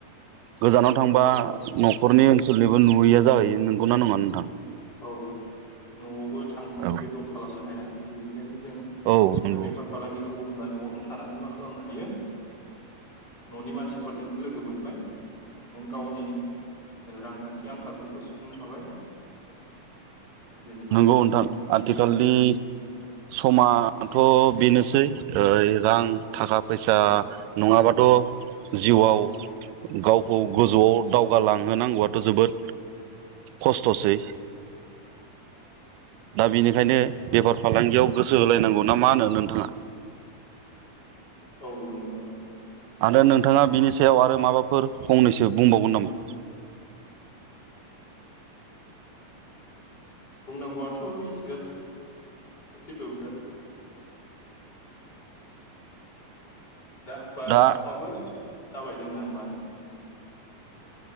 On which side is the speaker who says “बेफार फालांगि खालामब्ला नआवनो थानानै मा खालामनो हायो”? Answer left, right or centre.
Left